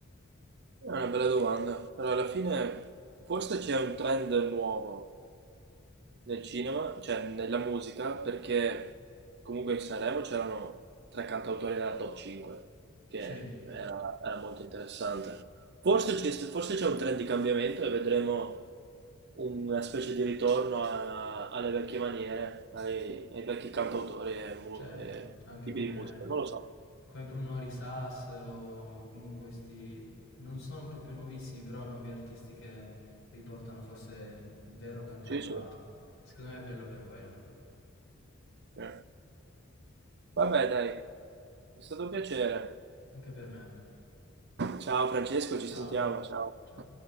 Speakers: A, on the right; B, on the left.
A: È una bella domanda, però alla fine forse c'è un trend nuovo nel cinema, cioè nella musica, perché comunque in Sanremo c'erano tre cantautori nella top 5, che
B: Sì,
A: era, era molto interessante. Forse c'è forse c'è un trend di cambiamento e vedremo una specie di ritorno a- alle vecchie maniere, ai, ai vecchi cantautori e, mu-
B: certo,
A: e
B: anche
A: tipi
B: come,
A: di musica, non lo so.
B: come Bruno Arisas o comunque questi, non sono proprio nuovissimi, però nuovi artisti che riportano forse il vero cantautorato.
A: Sì, sì.
B: Secondo me è bello per quello,
A: Sì. Vabbè, dai, è stato un piacere.
B: anche per me.
A: Ciao Francesco, ci
B: Ciao,
A: sentiamo, ciao.
B: ciao.